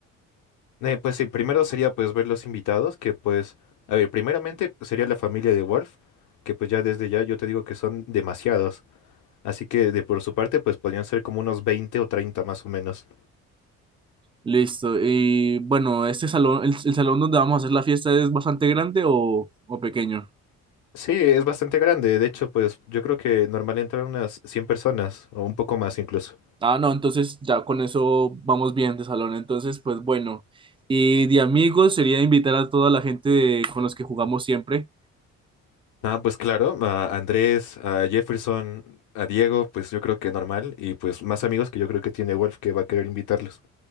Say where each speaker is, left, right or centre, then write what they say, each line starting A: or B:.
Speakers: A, on the left; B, on the right.
A: Eh, pues sí, primero sería pues ver los invitados, que pues, a ver, primeramente sería la familia de Wolf, que pues ya desde ya yo te digo que son demasiados, así que de por su parte pues podrían ser como unos 20 o 30 más o menos.
B: listo. Y bueno, este salón, el, el salón donde vamos a hacer la fiesta es bastante grande o, o pequeño.
A: Sí, es bastante grande, de hecho pues yo creo que normal entran unas 100 personas o un poco más incluso.
B: Ah, no, entonces ya con eso vamos bien de salón. Entonces, pues bueno. Y de amigos sería invitar a toda la gente de- con los que jugamos siempre.
A: Ah, pues claro, a Andrés, a Jefferson, a Diego, pues yo creo que normal y pues más amigos que yo creo que tiene Wolf que va a querer invitarlos.